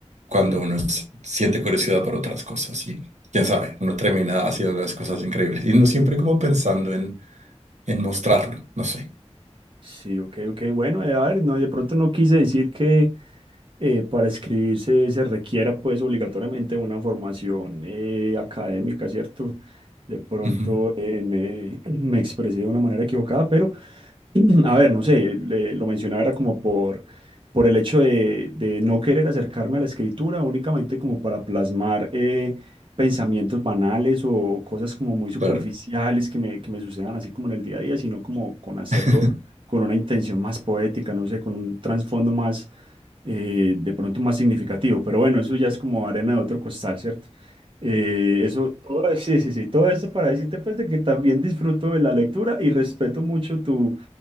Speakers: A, on the right (about 85°); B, on the right (about 45°).
A: cuando
B: ujú.
A: uno s- siente curiosidad por otras cosas y quién sabe, uno termina haciendo unas cosas increíbles y no siempre como pensando en, en mostrarlo, no sé.
B: Sí, ok, ok. Bueno, eh, a ver, no, de pronto no quise decir que eh, para escribirse se requiera pues obligatoriamente una formación eh, académica, ¿cierto? De pronto
A: Ujú,
B: eh, me, <clears throat> me expresé de una manera equivocada, pero <clears throat> A ver, no sé, le- lo mencionaba era como por, por el hecho de, de no querer acercarme a la escritura únicamente como para plasmar eh, pensamientos banales o cosas como muy superficiales
A: claro,
B: que me, que me sucedan así como en el día a día, sino como con hacerlo
A: <laughs>
B: con una intención más poética, no sé, con un trasfondo más, eh, de pronto más significativo, pero bueno, eso ya es como arena de otro costal, ¿cierto? Eh, eso, todo, sí, sí, sí, todo esto para decirte pues de que también disfruto de la lectura y respeto mucho tu,